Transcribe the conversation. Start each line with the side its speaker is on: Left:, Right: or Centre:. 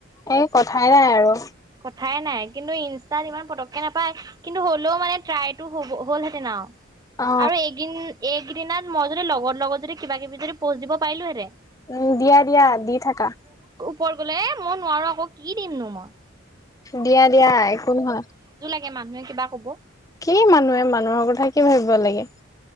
Left: এই কথাই নাই আৰু।
Right: কথাই নাই, কিন্তু ইনষ্টাত ইমান পাতককে নাপায়। কিন্তু হ'লেও মানে ট্ৰাইটো হ'ব, হ'লহেঁতেন আৰু।
Left: অ
Right: আৰু এদিন, এইকেইদিনত মই যদি, লগত-লগত যদি কিবা-কিবি যদি প'ষ্ট দিব পাৰিলোহেঁতেন
Left: উম, দিয়া, দিয়া, দি থাকা।
Right: ওপৰ গ'লে, এ, মই নোৱাৰোঁ আকৌ। কি দিমনো মই?
Left: দিয়া, দিয়া, একো নহয়।
Right: তাকে মানুহে কিবা ক'ব।
Left: কি মানুহে, মানুহৰ কথা কি ভাবিব লাগে।